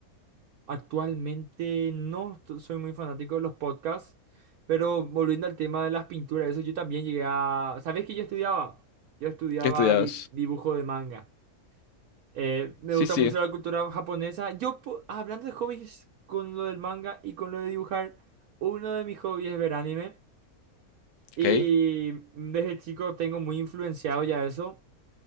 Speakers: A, on the right; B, on the left.
A: Actualmente no t- soy muy fanático de los podcasts, pero volviendo al tema de las pinturas, eso yo también llegué a... ¿Sabes qué yo estudiaba? Yo estudiaba
B: ¿Qué estudias?
A: di- dibujo de manga. Eh, me
B: Sí,
A: gusta
B: sí,
A: mucho la cultura japonesa. Yo, po- hablando de hobbies con lo del manga y con lo de dibujar, uno de mis hobbies es ver anime. Y
B: ok.
A: desde chico tengo muy influenciado ya eso.